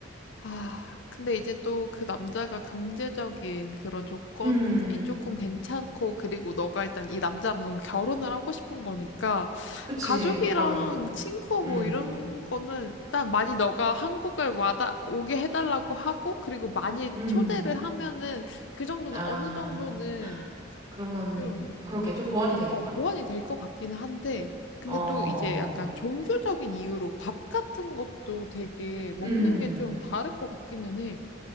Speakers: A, on the left (about 65°); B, on the right (about 20°).
A: 아, 근데 이제 또 그 남자가 경제적인 그런 조건이
B: 음,
A: 조금 괜찮고, 그리고 너가 일단 이 남자랑 너무 결혼을 하고 싶은 거니까,
B: 그치,
A: 가족이랑
B: 그거는.
A: 친구
B: 음,
A: 뭐 이런 거는 일단 많이 너가 한국을 와다, 오게 해달라고 하고, 그리고 많이
B: 음.
A: 초대를 하면은 그 정도는
B: 아,
A: 어느 정도는
B: 그러면,
A: 좀,
B: 그러게, 좀 보완이 되겠다.
A: 어, 보완이 될 것 같기는 한데, 근데
B: 어, 어.
A: 또 이제 약간 종교적인 이유로 밥 같은 것도 되게 먹는
B: 음,
A: 게 좀 다를 것 같기는 해.